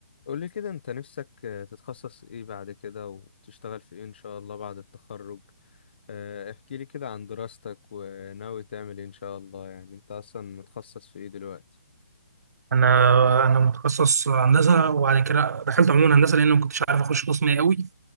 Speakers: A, on the left (about 40°); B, on the right (about 90°).
A: قول لي كده انت نفسك آه، تتخصص ايه بعد كده وتشتغل في ايه ان شاء الله بعد التخرج آه، احكي لي كده عن دراستك وناوي تعمل ايه ان شاء الله يعني انت اصلا متخصص في ايه دلوقتي
B: انا انا متخصص هندسه وبعد كده دخلت عموما هندسه لان ما كنتش عارف اخش قسم ايه قوي